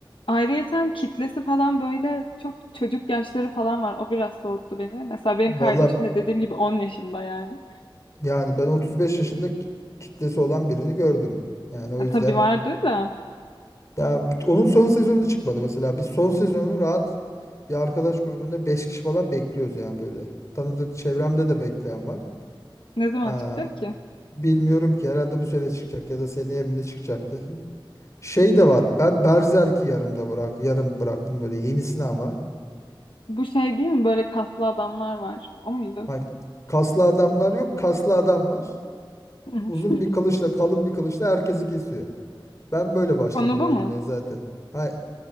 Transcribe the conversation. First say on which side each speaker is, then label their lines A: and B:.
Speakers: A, on the left (about 70°); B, on the left (about 35°).
A: Ayrıyeten kitlesi falan böyle çok çocuk yaşları falan var. O biraz soğuttu beni. Mesela benim
B: Valla
A: kardeşim de dediğim gibi 10 yaşında yani.
B: yani ben 35 yaşında ki- kitlesi olan birini gördüm. Yani o
A: Ya
B: yüzden.
A: tabii vardır da
B: Ya onun son sezonu çıkmadı mesela. Biz son sezonunu rahat bir arkadaş grubunda 5 kişi falan bekliyoruz yani böyle. Tanıdık çevremde de bekleyen var.
A: ne zaman
B: Aa,
A: çıkacak ki?
B: bilmiyorum ki herhalde bu sene çıkacak ya da seneye mi ne çıkacaktı. Şey de var. Ben Berserk'i yarımda bırak, yarım bıraktım böyle yenisini ama.
A: Bu şey değil mi? Böyle kaslı adamlar var. O muydu?
B: Hani kaslı adamlar yok, kaslı adam var.
A: <laughs>
B: Uzun bir kılıçla, kalın bir kılıçla herkesi kesiyor. Ben böyle başladım
A: Konu bu
B: o
A: mu?
B: animeye zaten. Ha,